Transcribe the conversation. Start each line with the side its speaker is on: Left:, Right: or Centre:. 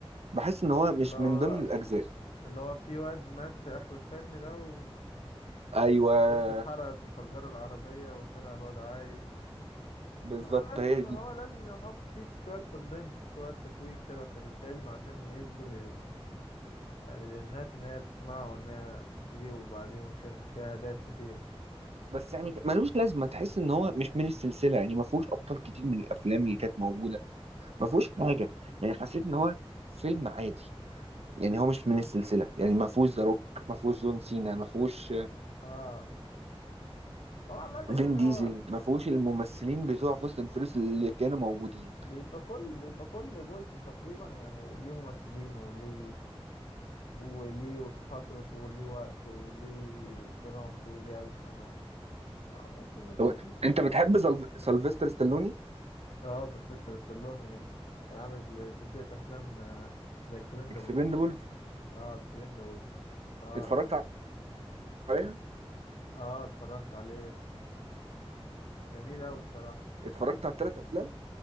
Right: بحس ان هو مش
Left: اللي هو
Right: من ضمن الاجزاء
Left: اللي هو في واد مات في اخر الفيلم ده و-
Right: ايوه
Left: والبت اتحرقت وفجروا العربيه وطلع الواد عايش
Right: بالظبط
Left: ما هو لازم
Right: هي دي
Left: هو لازم يحط فيه شوية سسبنس شوية تشويق كده في الفيلم عشان يدي لل... يعني للناس إن هي تسمعه وإن هي تجيبه بعدين وش... مشاهدات كثيرة
Right: بس يعني ملوش لازمه تحس ان هو مش من السلسله يعني ما فيهوش ابطال كتير من الافلام اللي كانت موجوده ما فيهوش حاجه يعني حسيت ان هو فيلم عادي يعني هو مش من السلسله يعني ما فيهوش ذا روك ما فيهوش جون سينا ما فيهوش
Left: آه هو عامة يعني
Right: فين ديزل
Left: هو
Right: ما فيهوش الممثلين بتوع فاست اند فيريوس اللي كانوا موجودين
Left: بيبقى كل بيبقى كل جزء تقريبا يعني وليه ممثلين وليه وليه فترته وليه وقته وليه درامته وليه أكشنه فممكن يكون
Right: طب انت بتحب سلف... سلفستر ستالوني
Left: اه سيلفستر ستالوني كان عامل سلسلة أفلام ذا اكسبندابلز
Right: اكسبندبل
Left: اه اكسبين ذا وودز اه
Right: اتفرجت عليها
Left: اه اتفرجت عليه جميل اوي الصراحة
Right: اتفرجت على الثلاث افلام